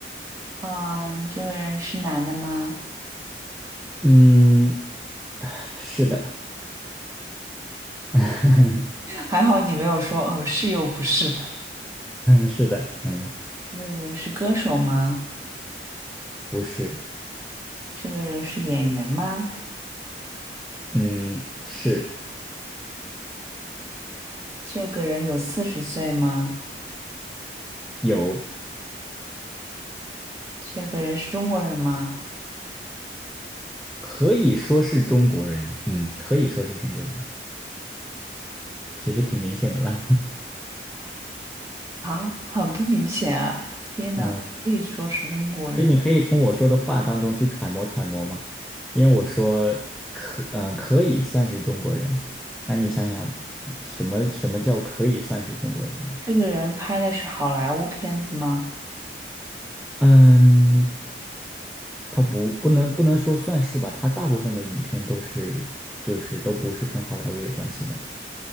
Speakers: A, on the right; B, in the centre.
A: 啊，你这个人是男的吗？
B: 嗯，是的，<laughs>
A: 还好你没有说，嗯，是又不是。
B: 是的，嗯，
A: 这个人是歌手吗？
B: 不是，
A: 这个人是演员吗？
B: 嗯，是
A: 这个人有四十岁吗？
B: 有，
A: 这个人是中国人吗？
B: 可以说是中国人，嗯，可以说是中国人，其实挺明显的了，
A: 啊，很不明显啊！天呐，
B: <laughs> 嗯，
A: 可以说是中国人。
B: 其实你可以从我说的话当中去揣摩揣摩嘛，因为我说可，嗯，呃可以算是中国人，那你想想，什么什么叫可以算是中国人呢？
A: 这个人拍的是好莱坞片子吗？
B: 嗯，他不不能不能说算是吧，他大部分的影片都是就是都不是跟好莱坞有关系的，